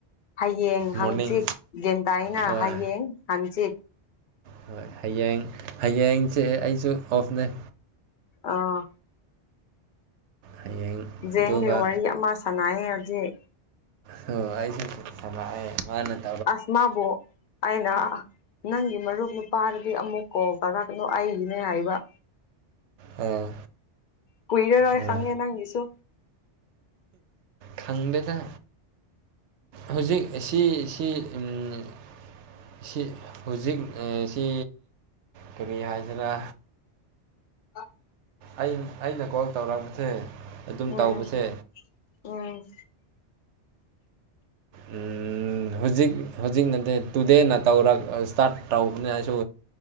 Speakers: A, on the left; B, on the right.
A: ꯍꯌꯦꯡ ꯍꯥꯡꯆꯤꯛ
B: ꯃꯣꯔꯅꯤꯡ
A: ꯒꯦꯟ ꯇꯥꯏꯅ
B: ꯍꯣꯏ
A: ꯍꯌꯦꯡ꯫ ꯍꯥꯡꯖꯤ
B: ꯍꯣꯏ ꯍꯌꯦꯡ ꯍꯌꯦꯡꯁꯦ ꯑꯩꯁꯨ ꯑꯣꯐꯅꯦ꯫
A: ꯑꯥ
B: ꯍꯌꯦꯡ
A: ꯀꯤꯖꯩꯍ‌ꯦ
B: ꯑꯗꯨꯒ
A: ꯋꯥꯔꯤ ꯑꯃ ꯁꯥꯟꯅꯩꯌꯦ ꯍꯧꯖꯤꯛ
B: ꯍ ꯑꯩꯁꯨ ꯃꯥꯅ <unintelligible>
A: ꯑꯁ ꯃꯕꯨ ꯑꯩꯅ ꯅꯪꯒꯤ ꯃꯔꯨꯞ ꯅꯨꯄꯥꯗꯨꯗꯤ ꯑꯃꯨꯛ ꯀꯣꯜ ꯀꯧꯔꯛꯀꯅꯨ ꯑꯩꯒꯤꯅꯦ ꯍꯥꯏꯕ <inaudible>
B: ꯑꯥ
A: ꯀꯨꯏꯔꯔꯣꯏ
B: ꯑꯣ
A: ꯍꯪꯉꯦ ꯅꯪꯒꯤꯁꯨ
B: ꯈꯪꯗꯦꯗ ꯍꯧꯖꯤꯛ ꯑꯁꯤꯁꯤ ꯎꯝ ꯁꯤ ꯍꯧꯖꯤꯛ ꯁꯤ ꯀꯔꯤ ꯍꯥꯏꯁꯤꯔꯥ
A: ꯑ <unintelligible>
B: ꯑꯩ ꯑꯩꯅ ꯀꯣꯜ ꯇꯧꯔꯛꯄꯁꯦ ꯑꯗꯨꯝ
A: ꯎꯝ
B: ꯇꯧꯕꯁꯦ
A: ꯎꯝ
B: ꯎꯝ ꯍꯧꯖꯤꯛ ꯍꯧꯖꯤꯛꯅꯗꯤ‌ ꯇꯨꯗꯦꯅ ꯇꯧꯔꯒ ꯏꯁꯇꯥꯔꯠ ꯇꯧꯕꯅꯤ ꯑꯩꯁꯨ